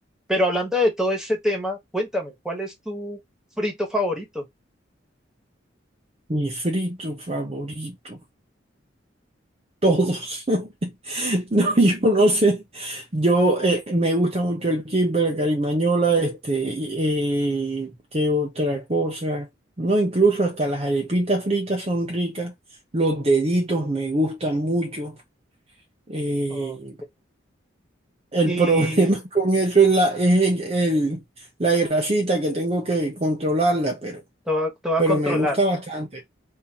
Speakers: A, in the centre; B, on the right.
A: pero hablando de todo este tema, cuéntame, ¿cuál es tu frito favorito?
B: Mi frito favorito, todos. <laughs> No, yo no sé. Yo eh, me gusta mucho el kibbe, la carimañola, este, eh, qué otra cosa. No, incluso hasta las arepitas fritas son ricas. Los deditos me gustan mucho. Eh,
A: Ok.
B: El
A: Y
B: problema <laughs> con eso es la, es el, el- la grasita que tengo que controlarla, pero,
A: todo, todo a
B: pero
A: controlar.
B: me gusta bastante.